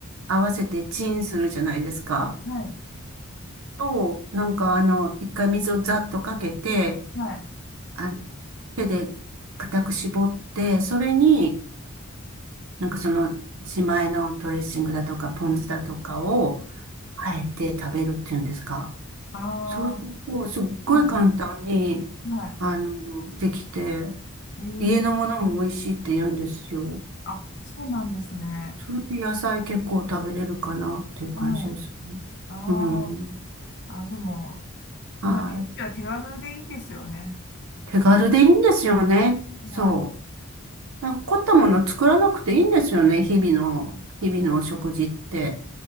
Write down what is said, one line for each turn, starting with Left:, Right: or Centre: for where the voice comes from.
Right: 合わせてチンするじゃないですか。
Left: あ、はい、
Right: と、なんかあの、一回水をざっとかけて、
Left: はい、
Right: あ、手で固く絞って、それに、なんかその自前のドレッシングだとかポン酢だとかをあえて食べるっていうんですか。
Left: ああ
Right: そうすると、すっごい簡単に、
Left: ー、はい、はい。
Right: あの、できて、
Left: えー、
Right: 家のものも美味しいって言うんですよ。
Left: あ、そうなんですね。
Right: それで野菜結構食べれるかなっていう感じですね。
Left: うん。ああ、
Right: うん。
Left: あ、でも、
Right: はい。
Left: まあ、レンジは手軽でいいですよね。
Right: 手軽でいいんですよね。
Left: まあ、
Right: そう。なんか凝ったもの作らなくていいんですよね。日々の、
Left: うん
Right: 日々のお食事って。